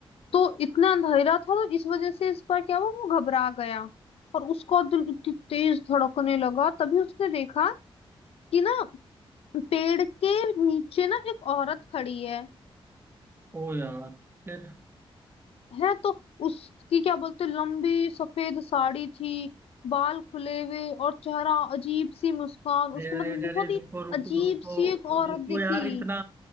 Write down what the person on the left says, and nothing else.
तो इतना अंधेरा था तो इस वजह से इस पर क्या हुआ वो घबरा गया और उसका दिल इतनी तेज धड़कने लगा तभी उसने देखा कि ना पेड़ के नीचे ना एक औरत खड़ी है
है तो उसकी क्या बोलते लंबी सफेद साड़ी थी बाल खुले हुए और चेहरा अजीब सी मुस्कान
उसको
मतलब
बहुत ही
अजीब
सी एक औरत
दिखी